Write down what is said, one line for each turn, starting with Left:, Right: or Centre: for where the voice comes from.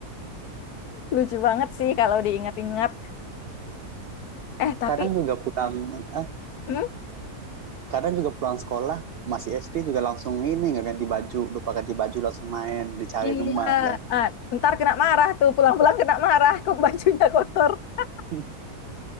Left: Lucu banget sih kalau diingat-ingat. Eh, tapi
Right: Kadang juga pulang, ah,
Left: hmm?
Right: kadang juga pulang sekolah, masih SD juga langsung ini, nggak ganti baju. Lupa ganti baju langsung main, dicari
Left: Iya,
Right: rumah kan.
Left: ah, ntar kena marah tuh, pulang-pulang kena marah, kok bajunya kotor. <laughs>
Right: <laughs>